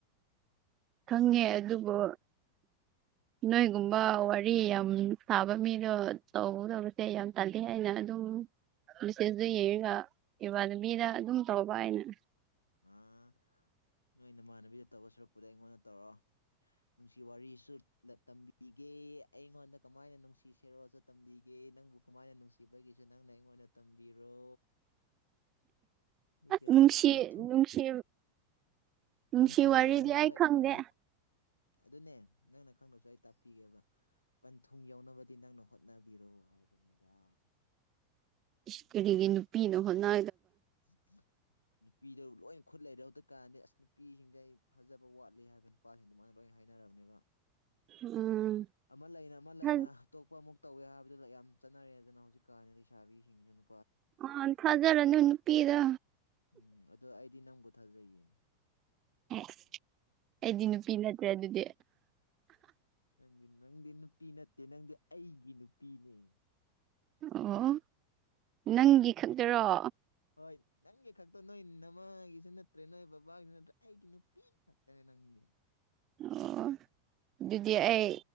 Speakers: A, on the right; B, on the left.
A: ꯈꯪꯉꯦ ꯑꯗꯨꯕꯨ ꯅꯣꯏꯒꯨꯝꯕ ꯋꯥꯔ ꯌꯥꯝ ꯁꯥꯕ ꯃꯤꯗꯣ ꯇꯧꯒꯗꯕꯁꯦ ꯌꯥꯝ ꯇꯥꯜꯂꯤ ꯂꯩꯅ ꯑꯗꯨꯝ ꯃꯦꯁꯦꯖꯗ ꯌꯦꯡꯉꯒ ꯏꯕꯥꯅꯕꯤꯅ
B: ꯎꯝ
A: ꯑꯗꯨꯝ ꯇꯧꯕ ꯑꯩꯅ <unintelligible>
B: ꯑꯥ ꯅꯣꯏ ꯏꯃꯥꯟꯅꯕꯤꯗ ꯇꯧꯕ ꯁꯨꯔꯛꯄꯨꯗꯤ ꯑꯩꯉꯣꯟꯗ ꯇꯧꯔꯣ ꯅꯨꯡꯁꯤ ꯋꯥꯔꯤꯁꯨ ꯂꯚ ꯇꯝꯕꯤꯒꯦ ꯑꯩꯉꯣꯟꯗ ꯀꯃꯥꯏꯅ ꯅꯨꯡꯁꯤ ꯁꯤꯔꯣꯁꯨ ꯇꯝꯕꯤꯒꯦ ꯅꯪꯕꯨ ꯀꯃꯥꯏꯅ ꯅꯨꯡꯁꯤꯕꯒꯤꯁꯨ ꯅꯪꯅ ꯑꯩꯉꯣꯟꯗ ꯇꯝꯕꯤꯔꯣ <unintelligible>
A: ꯑꯁ ꯅꯨꯡꯁꯤ ꯅꯨꯡꯁꯤ ꯅꯨꯡꯁꯤ
B: ꯄꯟꯊꯨꯡ
A: ꯋꯥꯔꯤꯗꯤ
B: ꯌꯧꯅꯕ
A: ꯑꯩ ꯈꯪꯗꯦ
B: ꯏꯕꯥꯅꯤ ꯑꯗꯨꯅꯦ ꯅꯪꯅ ꯈꯪꯗꯁꯨ ꯑꯩ ꯇꯥꯛꯄꯤꯒꯦꯕ ꯄꯟꯊꯨꯡ ꯌꯎꯅꯕꯗꯤ ꯅꯪꯅ ꯍꯣꯠꯅꯕꯤꯔꯣ ꯍꯥꯏꯕꯅꯤꯗ
A: ꯏꯁ ꯀꯔꯤꯒꯤ ꯅꯨꯄꯤꯅ ꯍꯣꯠꯅ
B: <unintelligible> ꯅꯨꯄꯤꯗ ꯂꯣꯏꯅ ꯈꯨꯠ ꯂꯩꯔꯦ ꯍꯧꯗ ꯀꯥꯟꯗꯤ ꯑꯁ ꯅꯨꯄꯤꯁꯤꯡꯁꯦ ꯑꯩ ꯊꯥꯖꯕ ꯋꯥꯠꯂꯤ ꯍꯥꯏꯕ ꯅꯨꯄꯥꯁꯤꯡꯗꯨ ꯃꯥꯏꯅ ꯂꯣꯏ ꯍꯥꯏꯅꯔꯕꯅꯦꯕ
A: ꯎꯝ
B: ꯑꯃ ꯂꯩꯅ ꯑꯃ ꯂꯩꯅ
A: ꯊꯥꯖ
B: ꯑꯇꯣꯞꯄ ꯑꯃꯨꯛ ꯇꯧꯋꯦ ꯍꯥꯏꯕꯗꯨꯗ ꯌꯥꯝ ꯆꯠꯅꯔꯦ ꯑꯗꯨꯅ ꯍꯧꯖꯤꯛ ꯀꯥꯟꯅ ꯂꯩꯁꯥꯥꯕꯤꯁꯤꯡꯁꯨ ꯅꯨ
A: ꯑ ꯊꯥꯖꯔꯅꯨ ꯅꯨꯄꯤꯗ
B: ꯎꯝ ꯑꯗꯣ ꯑꯩꯗꯤ ꯅꯪꯕꯨ ꯊꯥꯖꯩꯌꯦ
A: ꯍꯦ ꯑꯩꯗꯤ ꯅꯨꯄꯤ ꯅꯠꯇ꯭ꯔꯦ ꯑꯗꯨꯗꯤ
B: ꯅꯪꯗꯤ ꯅꯪꯗꯤ ꯅꯨꯄꯤ ꯅꯠꯇꯦ ꯅꯪꯗꯤ ꯑꯩꯒꯤ ꯅꯨꯄꯤꯅꯦ
A: ꯑꯣ ꯅꯪꯒꯤ ꯈꯛꯇꯔꯣ
B: ꯍꯣꯏ ꯅꯪꯒꯤ ꯈꯛꯇꯣ ꯅꯣꯏ ꯅꯃꯥꯒꯤꯁꯨ ꯅꯠꯇ꯭ꯔꯦ ꯅꯣꯏ ꯕꯕꯥꯒꯤꯁꯨ ꯅꯠꯇ꯭ꯔ ꯑꯩꯒꯤ ꯅꯨꯄꯤ ꯈꯛꯇꯅꯦ ꯅꯪꯗꯤ
A: ꯑꯣ ꯑꯗꯨꯗꯤ ꯑꯩ